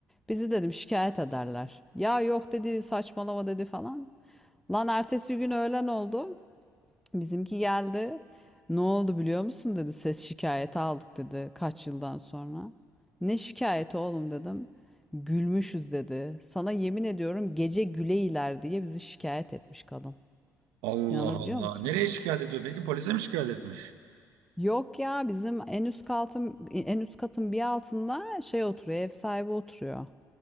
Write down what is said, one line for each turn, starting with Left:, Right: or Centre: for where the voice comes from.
Centre: Bizi dedim şikayet ederler. Ya yok dedi saçmalama dedi falan. Lan ertesi gün öğlen oldu. Bizimki geldi. Ne oldu biliyor musun dedi ses şikayeti aldık dedi kaç yıldan sonra. Ne şikayeti oğlum dedim. Gülmüşüz dedi. Sana yemin ediyorum gece güleyler diye bizi şikayet etmiş kadın.
Right: Allah
Centre: inanabiliyor
Right: Allah.
Centre: musun?
Right: Nereye şikayet ediyor peki? Polise mi şikayet etmiş?
Centre: Yok ya bizim en üst katın en üst katın bir altında şey oturuyor ev sahibi oturuyor.